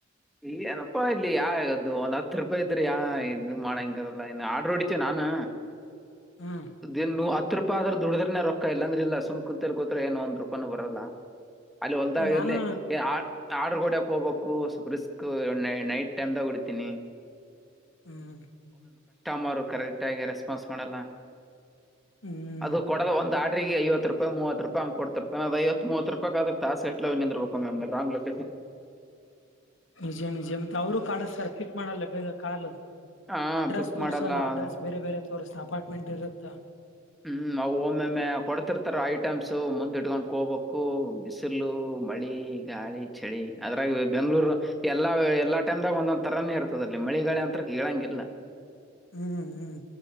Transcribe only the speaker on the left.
ಹ್ಮ್
ನಾನು
ಹ್ಮ್
ಹ್ಮ್
ನಿಜ ನಿಜ ಮತ್ತ ಅವರು ಕಾಡ್ಸ್ತರ್ ಪೀ ಕ ಮಾಡಲ್ಲ ಬೇಗ ಕಾಲು
ಅಡ್ರೆಸ್
ತೋರ್ಸಲ್ಲ
ಅಡ್ರೆಸ್ ಬೇರೆ ಬೇರೆ ತೋರಿಸ್ತ ಅಪಾರ್ಟ್ಮೆಂಟ್ ಇರತ್ತಾ
ಹ್ಮ್ ಹ್ಮ್